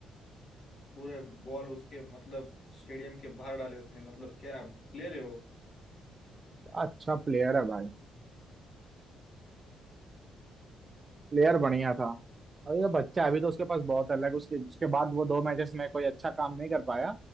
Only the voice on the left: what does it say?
पूरे बॉल उसके मतलब स्टेडियम के बाहर डाले उसने मतलब क्या प्लेयर है वो